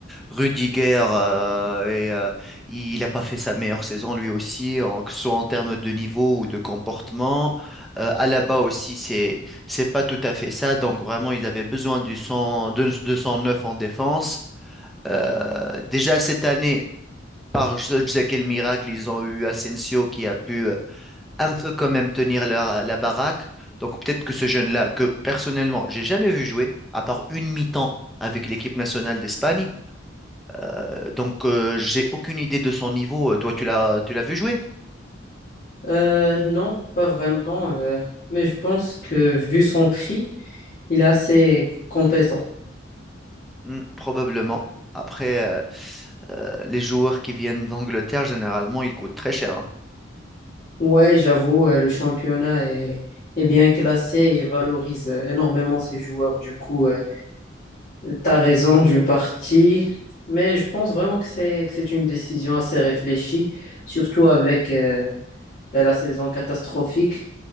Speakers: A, in the centre; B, on the left (about 40°).
A: Rudiger, euh, et, euh, il n'a pas fait sa meilleure saison lui aussi, en, que ce soit en termes de niveau ou de comportement. Euh, Alaba aussi, c'est, c'est pas tout à fait ça. Donc vraiment, ils avaient besoin du sang, de, de sang neuf en défense. Euh, déjà cette année, par je ne sais quel miracle, ils ont eu Asensio qui a pu un peu quand même tenir la, la baraque. Donc peut-être que ce jeune-là, que personnellement, j'ai jamais vu jouer, à part une mi-temps avec l'équipe nationale d'Espagne. Euh, donc euh, j'ai aucune idée de son niveau. Euh, Toi, tu l'as, tu l'as vu jouer?
B: Euh, non, pas vraiment, euh, mais je pense que vu son prix, il est assez compétent.
A: Hmm, probablement. Après, euh, euh, les joueurs qui viennent d'Angleterre, généralement, ils coûtent très cher. hein.
B: Ouais, j'avoue, euh, le championnat est, est bien classé et valorise euh, énormément ses joueurs. Du coup, euh, T'as raison d'une partie, mais je pense vraiment que c'est que c'est une décision assez réfléchie, surtout avec euh, la saison catastrophique.